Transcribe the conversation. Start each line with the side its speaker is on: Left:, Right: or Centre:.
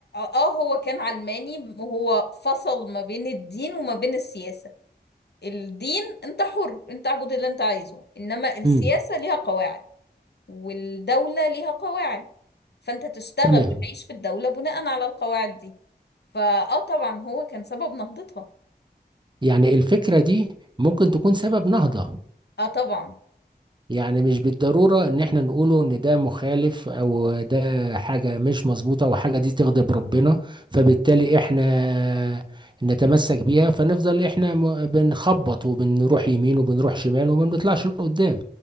Left: اه هو كان علماني وهو فصل ما بين الدين وما بين السياسة الدين انت حر انت اعبد اللي انت عايزه انما السياسة
Right: امم
Left: ليها قواعد والدولة ليها قواعد فانت تشتغل
Right: تمام
Left: وتعيش في الدولة بناء على القواعد دي فاه طبعا هو كان سبب نهضتها
Right: يعني الفكرة دي ممكن تكون سبب نهضة
Left: اه طبعا
Right: يعني مش بالضرورة ان احنا نقوله ان ده مخالف او ده حاجة مش مظبوطة او حاجة دي تغضب ربنا فبالتالي احنا نتمسك بيها فنفضل احنا م- بنخبط وبنروح يمين وبنروح شمال وما بنطلعش لقدام